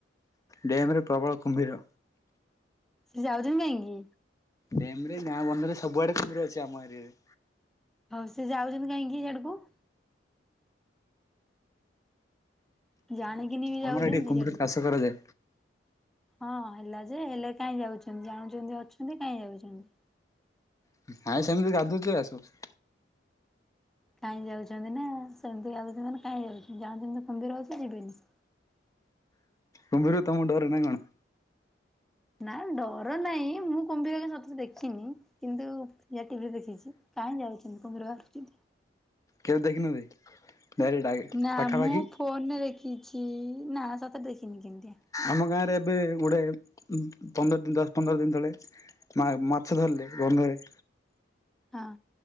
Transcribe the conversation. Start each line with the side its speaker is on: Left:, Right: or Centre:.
Left: ଡ୍ୟାମ୍ ରେ ପ୍ରବଳ କୁମ୍ଭୀର।
Centre: ସେ ଯାଉଚନ୍ତି କାହିଁକି?
Left: ଡେମ୍ ରେ, ଗାଁ ବନ୍ଧରେ, ସବୁଆଡେ କୁମ୍ଭୀର ଅଛି, ଆମ ଏରିଆରେ।
Centre: ହଉ ସେ ଯାଉଛନ୍ତି କାହିଁକି ହିଆଡକୁ? ଜାଣିକିନି କି ଯାଉଚନ୍ତି
Left: ଆମର ଏଠି କୁମ୍ଭୀର
Centre: ଦିଆଡୁକୁ।
Left: ଚାଷ କରାଯାଏ।
Centre: ହଁ ହେଲା ଯେ, ହେଲେ କାଇଁ ଯାଉଛନ୍ତି, ଜାଣୁଛନ୍ତି ଅଛନ୍ତି, କାଇଁ ଯାଉଛନ୍ତି?
Left: <unintelligible> ସେମିତି ଗାଧୁଛି ଆ। <unintelligible>
Centre: କାହିଁ ଯାଉଛନ୍ତି ନା ସେମିତି ଯାଉଛି ମାନେ କାହିଁ ଯାଉଛନ୍ତି ଯାଣଛନ୍ତି ତ କୁମ୍ବୀର ଅଛି ଯିବେନି।
Left: କୁମ୍ଭିର ତମକୁ ଡରେ ନା କଣ?
Centre: ନା ଡର ନାହିଁ ମୁଁ କୁମ୍ଭିର ସତରେ ଦେଖିନି। କିନ୍ତୁ ଟିଭିରେ ଦେଖିଛି କାହିଁ ଯାଉଛନ୍ତି କୁମ୍ଭୀର ଆସୁଚି।
Left: କେବେ ଦେଖିନାହାନ୍ତି ଡାଇରେକ୍ଟ ଆଗେ।
Centre: ନା
Left: ପାଖାପାଖି
Centre: ମୁଁ ଫୋନରେ ଦେଖିଛି ନା ସତରେ ଦେଖିନି କେମିତିଆ।
Left: ଆମ ଗାଁରେ ଏବେ ଗୁଡ଼େ ପନ୍ଦର ଦିନ ଦଶ ପନ୍ଦର ଦିନ ତଳେ। ମା ମାଛ ଧରଲେ ବନ୍ଧରେ।
Centre: ହଁ।